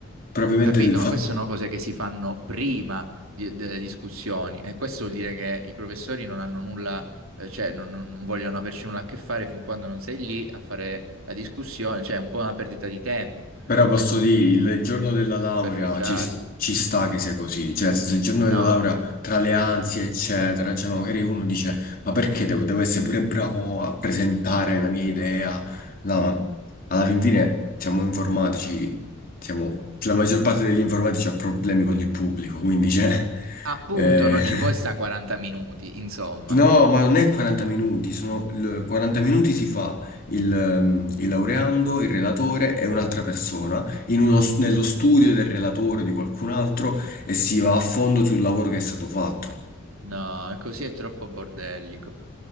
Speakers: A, on the left (about 45°); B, on the right (about 80°).
A: Probabilmente
B: Eh, ho capito,
A: il fatto.
B: ma queste sono cose che si fanno prima di- delle discussioni e questo vuol dire che i professori non hanno nulla, eh, cioè non, non- non vogliono averci nulla a che fare fin quando non sei lì a fare la discussione, cioè è un po' una perdita di tempo.
A: Però posso
B: Eh,
A: dire, il il giorno della laurea
B: superficiali.
A: ci, s- ci sta che sia così, cioè nel senso, il giorno
B: No,
A: della laurea
B: no.
A: tra le ansie eccetera, cioè no, magari uno dice ma perché devo, devo essere pure bravo a presentare la mia idea? No, alla fin fine siamo informatici, siamo- la maggior parte degli informatici ha problemi con il pubblico, quindi cioè,
B: Appunto,
A: eh,
B: non
A: <laughs>
B: ci puoi sta 40 minuti, insomma.
A: No, ma non è 40 minuti, sono il- 40 minuti si fa il, ehm, il laureando, il relatore e un'altra persona in uno s- nello studio del relatore o di qualcun altro e si va a fondo sul lavoro che è stato fatto.
B: No, così è troppo bordellico.